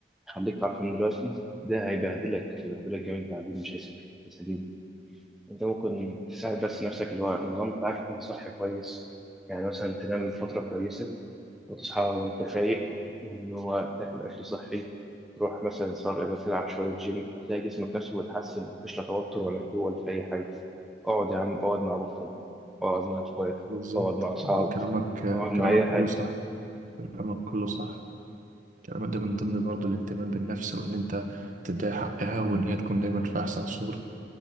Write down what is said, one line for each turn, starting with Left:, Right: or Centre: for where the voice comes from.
Centre: خليك تعرفان دلوقتي ده هيبهدلك هيبهدلك جامد بعدين مش هيسيبك يا سليم أنت ممكن تساعد بس نفسك اللي هو النظام بتاعك يكون صحي كويس يعني مثلا تنام فترة كويسة وتصحى وأنت فايق وإن هو تاكل أكل صحي تروح مثلا صار إذا تلعب شوية جيم هتلاقي جسمك نفسه بيتحسن مفيش لا توتر ولا هدوء ولا أي حاجة اقعد يا عم اقعد مع أبوكم اقعد مع إخواتك
Right: بالظبط
Centre: اقعد مع أصحابك
Right: اه كلامك آه،
Centre: اقعد
Right: كلامك
Centre: مع أي
Right: كله
Centre: حد
Right: صح كلامك كله صح كلامك ده من ضمن برضه الاهتمام بالنفس وان انت تدي حقها وان هي تكون دايما في احسن صورة